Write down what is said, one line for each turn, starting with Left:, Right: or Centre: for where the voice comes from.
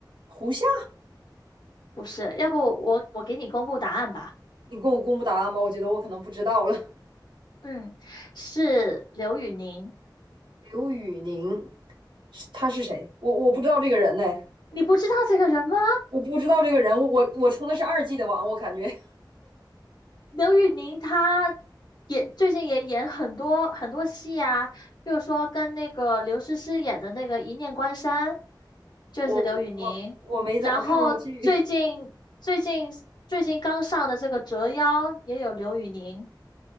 Right: 胡夏，
Left: 不是，要不我我给你公布答案吧。
Right: 你跟我公布答案吧，我觉得我可能不知道了。
Left: 嗯，是刘宇宁。
Right: 刘宇宁，是他是谁？我我不知道这个人呢，
Left: 你不知道这个人吗？
Right: 我不知道这个人。我我我充的是二 G 的网，我感觉
Left: 刘宇宁他也最近也演很多很多戏啊，比如说跟那个刘诗诗演的那个《一念关山》，就是刘宇宁。
Right: 我我我没怎么看过剧，
Left: 然后最近最近最近刚上的这个《折腰》也有刘宇宁。